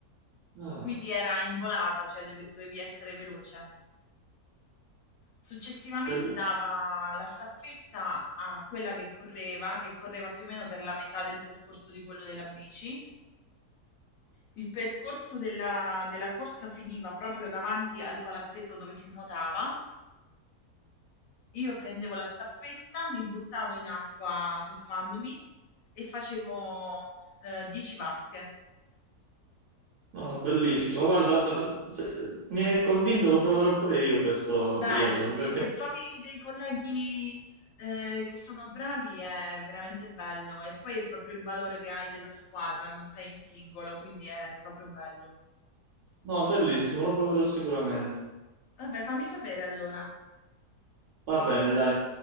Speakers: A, on the right; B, on the left.
A: No,
B: Quindi era in volata, cioè dove- dovevi essere veloce. Successivamente
A: bellissimo.
B: dava la staffetta a quella che correva, che correva più o meno per la metà del percorso di quello della bici. Il percorso della della corsa finiva proprio davanti al palazzetto dove si nuotava Io prendevo la staffetta, mi buttavo in acqua tuffandomi e facevo eh, 10 vasche.
A: No, bellissimo. Guarda, se- mi hai convinto, lo proverò pure io questo
B: Bello,
A: triathlon,
B: sì.
A: perché...
B: Se trovi dei colleghi eh, che sono bravi è veramente bello e poi è proprio il valore che hai della squadra, non sei in singolo, quindi è proprio bello.
A: No, bellissimo, lo proverò sicuramente.
B: Vabbè, fammi sapere allora.
A: Va bene, dai.